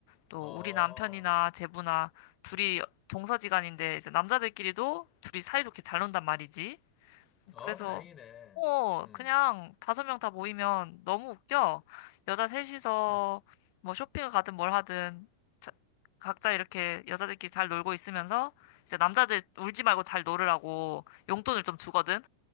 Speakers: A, on the left; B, on the left.
A: 또
B: 어,
A: 우리 남편이나 제부나 둘이 동서지간인데 이제 남자들끼리도 둘이 사이좋게 잘 논단 말이지.
B: 어,
A: 그래서
B: 다행이네.
A: 어
B: 음.
A: 그냥 다섯 명 다 모이면 너무 웃겨. 여자 셋이서
B: <laughs>
A: 뭐 쇼핑을 가든 뭘 하든 자- 각자 이렇게 여자들끼리 잘 놀고 있으면서 이제 남자들 울지 말고 잘 놀으라고 용돈을 좀 주거든.